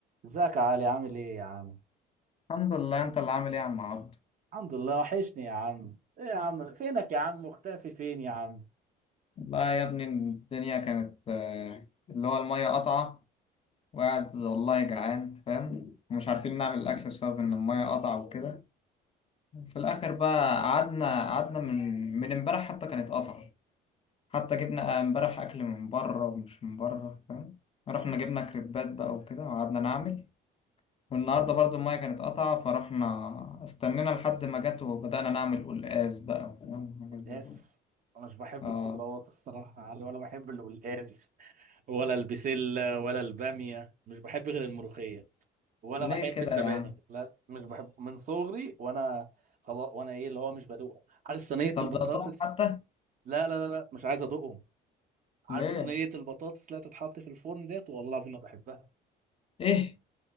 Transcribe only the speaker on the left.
الحمد لله انت اللي عامل ايه يا عم عبد
والله يا ابني الدنيا كانت آه، اللي هو المية قطعة وقاعد والله جعان فاهم ومش عارفين نعمل الاكل بسبب ان المية قطعة وكده في الاخر بقى قعدنا قعدنا من من امبارح حتى كانت قطعة حتى جبنا آه، امبارح اكل من بره ومش من بره فاهم رحنا جبنا كريبات بقى وكده وقعدنا نعمل والنهارده برضو المية كانت قطعة فرحنا استنينا لحد ما جت وبدأنا نعمل قلقاس بقى وفاهم حاجات
زي كده
اه
ليه
كده
يا عم
طب
ده طعم حتى
ليه
ايه